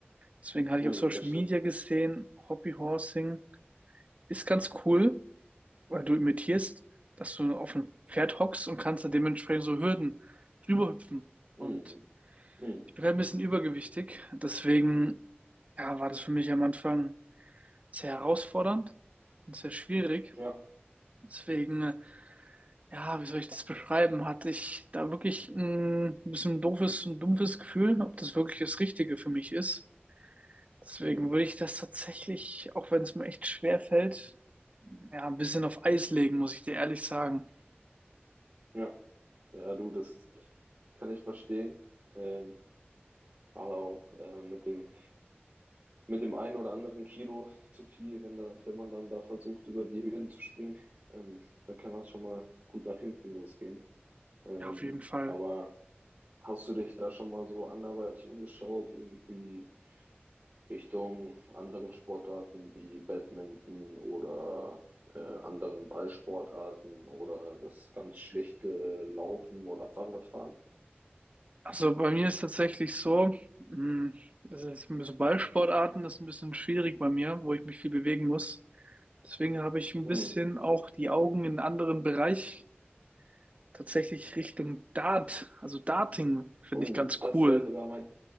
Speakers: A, on the right (about 35°); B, on the right (about 50°).
A: Deswegen hatte
B: Mm,
A: ich auf Social
B: das
A: Media
B: stimmt.
A: gesehen, Hobbyhorsing ist ganz cool, weil du imitierst, dass du auf einem Pferd hockst und kannst da dementsprechend so Hürden drüber hüpfen. Und
B: Mm, mm,
A: ich bin halt ein bisschen übergewichtig, deswegen ja, war das für mich am Anfang sehr herausfordernd und sehr schwierig.
B: ja.
A: Deswegen, äh, ja, wie soll ich das beschreiben? Hatte ich da wirklich ein bisschen doofes und dumpfes Gefühl, ob das wirklich das Richtige für mich ist. Deswegen
B: Mm.
A: würde ich das tatsächlich, auch wenn es mir echt schwer fällt, Ja, ein bisschen auf Eis legen, muss ich dir ehrlich sagen.
B: Ja, ja, du, das kann ich verstehen. Ähm, gerade auch äh, mit dem, mit dem einen oder anderen Kilo zu viel, wenn da, wenn man dann da versucht, über die Höhen zu springen, ähm, dann kann das schon mal gut nach hinten losgehen. Ähm,
A: Ja, auf jeden Fall.
B: aber hast du dich da schon mal so anderweitig umgeschaut, irgendwie Richtung anderen Sportarten wie Badminton oder äh, anderen Ballsportarten oder das ganz schlichte Laufen oder Fahrradfahren?
A: Also bei mir ist tatsächlich so, mh, das ist so Ballsportarten, das ist ein bisschen schwierig bei mir, wo ich mich viel bewegen muss. Deswegen habe ich ein
B: Hm.
A: bisschen auch die Augen in einen anderen Bereich, tatsächlich Richtung Dart, also Darting finde
B: Oh,
A: ich ganz
B: das
A: cool.
B: wäre sogar mein,